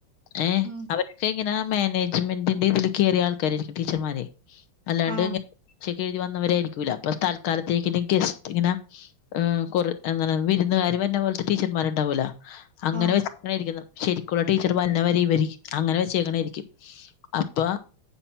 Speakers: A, on the left; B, on the right.
A: ഏ
B: ഉം
A: അവരൊക്ക ഇങ്ങെനെ മാനേജ്മെന്റിന്റെ ഇതിൽ കയറിയ ആൾക്കാരരിക്കും ടീച്ചർമാരെ അല്ലാണ്ട്
B: ആഹ്
A: പരീക്ഷ എഴുതി വന്നവരായിരിക്കൂല്ല അപ്പൊ തൽക്കാലത്തേക്ക ഗസ്റ്റ് ഇങ്ങനെ കുറ അങ്ങനെ വിരുന്നുകാര് വന്ന പോലത്തെ ടീച്ചർമാർണ്ടാവൂല അങ്ങനെ
B: ആഹ്
A: വ അരിക്ക ശരിക്കുള്ള ടീച്ചർ പറഞ്ഞ വരെ ഇവ അങ്ങനെ വെച്ചേക്കണ ആയിരിക്കും അപ്പൊ